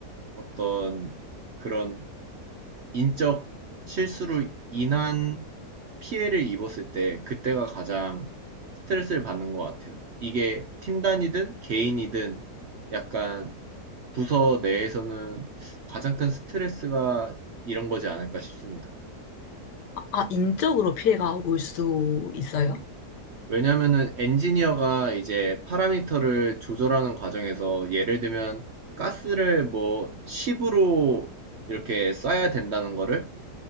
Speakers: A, on the right (about 60°); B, on the left (about 85°).
A: 어떤 그런 인적 실수로 인한 피해를 입었을 때 그때가 가장 스트레스를 받는 것 같아요. 이게 팀 단위든 개인이든 약간 부서 내에서는 가장 큰 스트레스가 이런 거지 않을까 싶습니다.
B: 아, 인적으로 피해가 올 수 있어요?
A: 왜냐하면은 엔지니어가 이제 파라미터를 조절하는 과정에서 예를 들면 가스를 뭐 10으로 이렇게 쏴야 된다는 거를